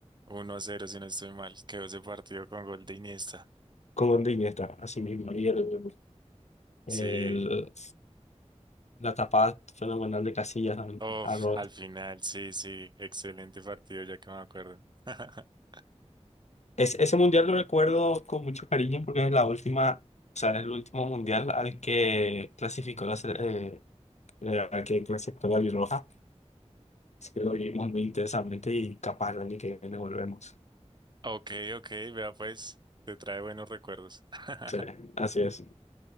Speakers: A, on the right; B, on the left.
A: uno a cero, si no estoy mal. Quedó ese partido con gol de Iniesta.
B: Como en está, así mismo. Y el, el-
A: Sí,
B: la tapada fenomenal de Casillas también,
A: Uf,
B: a Robben.
A: al final, sí, sí, excelente partido, ya que me acuerdo. <laughs>
B: Es, ese mundial lo recuerdo con mucho cariño porque es la última, o sea, es el último mundial al que clasificó la, sele- eh, eh, al que clasificó la Bielorrusia. Así que lo vivimos muy intensamente y capaz, ni que viene volvemos.
A: Ok, ok, vea pues, te trae buenos recuerdos. <laughs>
B: Sí, así es.